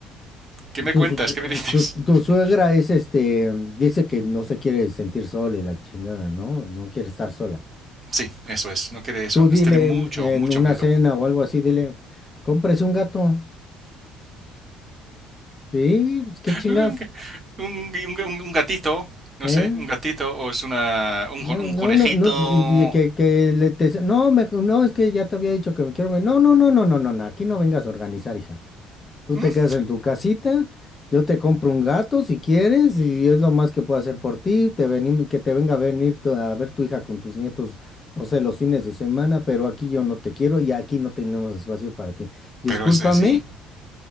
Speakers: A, on the right; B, on the left.
A: ¿Qué me
B: Tu,
A: cuentas?
B: su-
A: ¿Qué me dices?
B: tu, tu
A: <laughs>
B: suegra es este, dice que no se quiere sentir sola y la chingada, ¿no? No quiere estar sola.
A: Sí, eso es, no quiere eso,
B: Tú dile
A: es tener mucho,
B: en
A: mucho
B: una
A: miedo.
B: cena o algo así, dile, cómprese un gato. Sí, pues qué chingas,
A: Un, un- un- un gatito, no
B: ¿eh?
A: sé, un gatito o es una, un,
B: No,
A: con- un
B: no,
A: conejito.
B: no, no, y que, que- que le te- no, me- no, es que ya te había dicho que me quiero ver. No, no, no, no, no, no, no, aquí no vengas a organizar, hija. Tú
A: Mm,
B: te quedas en tu casita, yo te compro un gato si quieres, y es lo más que puedo hacer por ti. Te venim- que te venga a venir tu- a ver tu hija con tus nietos, no sé, los fines de semana, pero aquí yo no te quiero y aquí no tenemos espacio para ti. Discúlpame,
A: Pero es así,